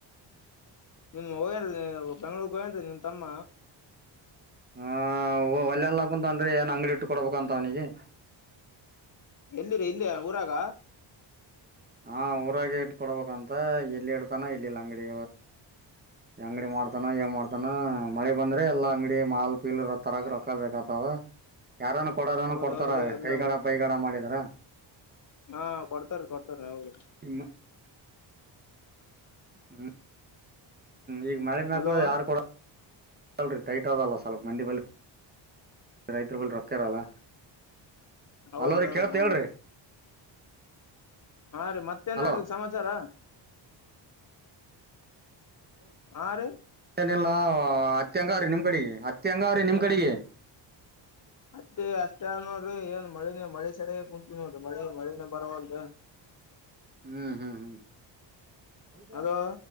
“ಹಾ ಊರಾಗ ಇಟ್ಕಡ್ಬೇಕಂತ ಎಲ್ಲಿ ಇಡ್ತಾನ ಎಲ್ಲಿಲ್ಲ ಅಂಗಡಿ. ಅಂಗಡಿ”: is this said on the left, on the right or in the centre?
Right